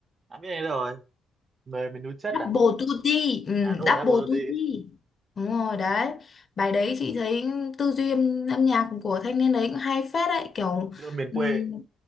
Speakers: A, on the right (about 35°); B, on the left (about 40°).
A: đã biết đây rồi người miền núi chất
B: Double
A: à
B: Duty ừ,
A: à đúng
B: Double
A: rồi đã vừa rồi
B: Duty
A: đi
B: đúng rồi đấy bài đấy chị thấy tư duy âm, âm nhạc của thanh niên đấy cũng hay phết đấy kiểu
A: Vâng. đưa miền quê
B: ừm,